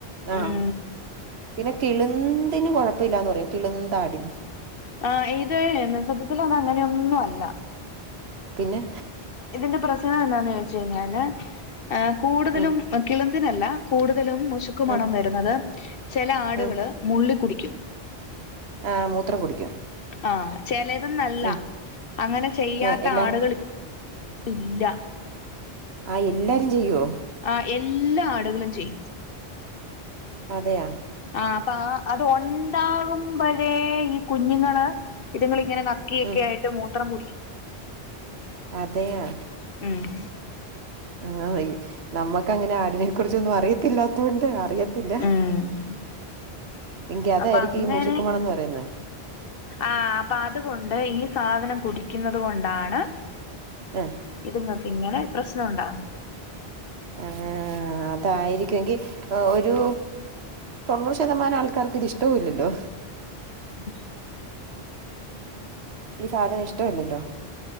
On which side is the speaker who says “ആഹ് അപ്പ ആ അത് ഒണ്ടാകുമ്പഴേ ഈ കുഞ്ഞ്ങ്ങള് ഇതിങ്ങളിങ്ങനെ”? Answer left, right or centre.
Left